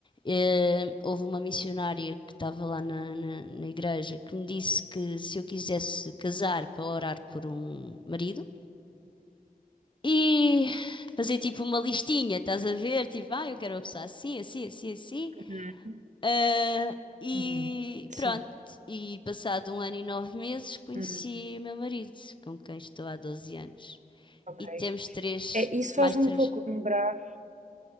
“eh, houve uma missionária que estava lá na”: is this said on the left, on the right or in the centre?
Left